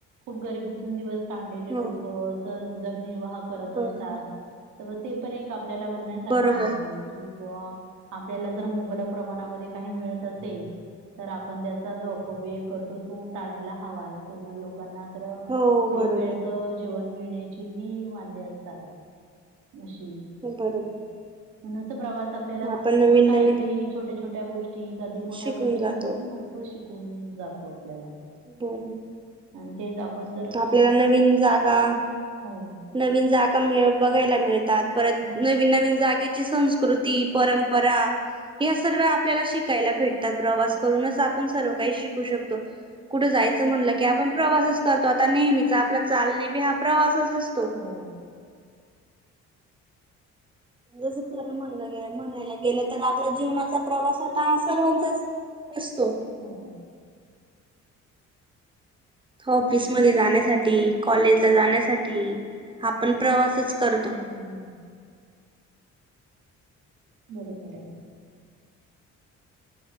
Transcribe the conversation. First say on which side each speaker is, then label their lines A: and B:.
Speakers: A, on the right (about 80°); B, on the right (about 15°).
A: खूप गरीबीतून दिवस काढलेले
B: हो
A: लोक स उदरनिर्वाह करत
B: बर
A: असतात त म ते पण एक आपल्याला बघण्यासारखं
B: बरोबर
A: आहे. किंवा आपल्याला जर मुबलक प्रमाणामध्ये काही मिळत असेल तर आपण त्याचं चा जो अपव्यय करतो तो टाळायला हवाय कुणा लोकांना तर
B: हो
A: दोन
B: बरोबर
A: वेळच जेवण मिळण्याची ही वांदे असतात. नशीब हूं
B: बरोबर
A: म्हणून अस प्रवास आपल्याला
B: आपण
A: भरपूर
B: नवीन
A: काय
B: नवीन
A: काही छोट्या छोट्या गोष्टी कधी मोठ्या
B: शिकून
A: गोष्टी
B: जातो.
A: मधून भरपूर शिकवून जातो आपल्याला
B: <unintelligible>
A: आणि तेच आपण जर
B: आपल्याला
A: म
B: नवीन जागा
A: हो
B: नवीन जागा मिळ बघायला मिळतात. परत नवीन नवीन जागेची संस्कृती, परंपरा हया सर्व्या आपल्याला शिकायला भेटतात. प्रवास करूनच आपण सर्व काही शिकू शकतो. कुठं जायचं म्हणलं की आपण प्रवासच करतो. आता नेहमीच आपला चालणे बी हा प्रवासच अस
A: हो.
B: जसं खरं म्हणलं गे म्हणायला गेलं तर आपला जीवनाचा प्रवास आता हा सर्वांचाच असतो.
A: हो.
B: ऑफिसमध्ये जाण्यासाठी कॉलेजला जाण्यासाठी आपण प्रवासच करतो.
A: हूं हम्म बरोबर आय.